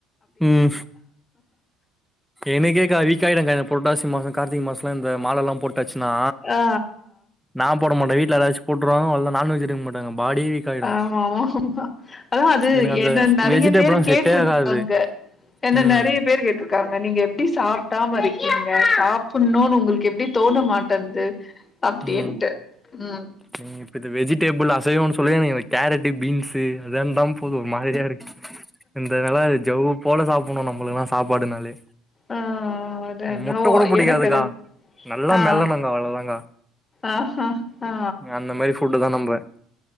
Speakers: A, in the centre; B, on the left (about 25°).
A: ம் எனக்கேக்கா வீக்காயிடுக்கா இந்த புரட்டாசி மாச கார்த்திக மாசம்ல இந்த மாலல்லா போட்டாச்சுன்னா
B: ஆ
A: நான் போட மாட்டே வீட்ல யாராச்சும் போட் ருவாங்க அவ்ளதா நான் வெஜ் எடுக்க மாட்டாங்க பாடியே வீக் ஆயிடு
B: ஆமா ஆமா ஆமா அதான் அது
A: எனக்கு அந்த
B: என்ன நறய
A: வெஜிடபிள்லா
B: பேரு கேட்ருக்காங்க
A: செட்டே ஆகாது
B: என்ன
A: ம்
B: நறய பேர் கேட்டு நீங்க எப்படி சாப்டாம இருக்கீங்க சாப்புடுன்ணு உங்களுக்கு எப்படி தோண மாட்டேன்து அப்டிண்டு
A: ம்
B: ம்
A: நீங்க இப்ப வெஜிடேபிள் அசைவொன்னு சொல்லி கேரட்டு பீன்சு தான் போது மாதிரியா இருக்கு இந்த நிலா ஜவ் போல சாப் போனும் நம்மளுக்கல்லா சாப்பாடுனாலே
B: ஆ ஆ அத நோ
A: முட்ட கூட புடிக்காதுக்கா
B: எனக்கது
A: நல்லா
B: ஆ
A: மெல்லணுங்க அவ்ளோதாங்க
B: ஆ ஆ
A: அந்த மாரி ஃபுட்டு தா நம்ப